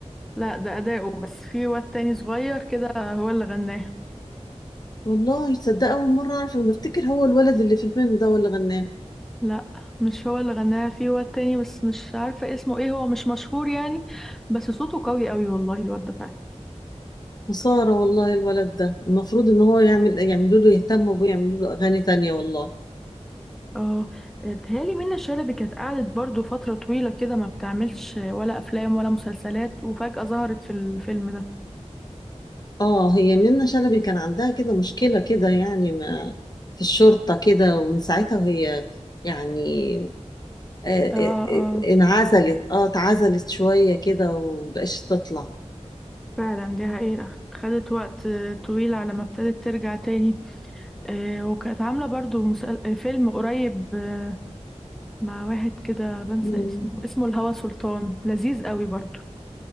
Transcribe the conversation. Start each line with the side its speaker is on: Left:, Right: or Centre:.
Centre: لا ده أداؤه بس في واد تاني صغير كده هو اللي غناها
Left: والله تصدق اول مره اعرف أنا بفتكر هو الولد اللي في الفيلم ده هو اللي غناه
Centre: لا مش هو اللي غناها في واد تاني بس مش عارفة اسمه إيه هو مش مشهور يعني بس صوته قوي أوي والله الواد ده
Left: خساره والله الولد ده المفروض ان هو يعمل يعملوا له يهتموا بيه يعملوا له اغاني تانية والله
Centre: اه بتهيألي منة شلبي كانت قعدت برضو فترة طويلة كده ما بتعملش ولا أفلام ولا مسلسلات وفجأة ظهرت في الفيلم ده
Left: اه هي منة شلبي كان عندها كده مشكلة كده يعني ما في الشرطة كده ومن ساعتها وهي يعني آه، آه،
Centre: اه
Left: آه،
Centre: اه
Left: انعزلت اه اتعزلت شوية كده ومبقاش تطلع
Centre: فعلا دي حقيقة خدت وقت آه، طويل على ما ابتدت ترجع تاني آه وكانت عاملة برضو مسل... آه، فيلم قريب آه مع واحد كده بنسى
Left: مم.
Centre: اسمه اسمه الهوى سلطان لذيذ قوي برضو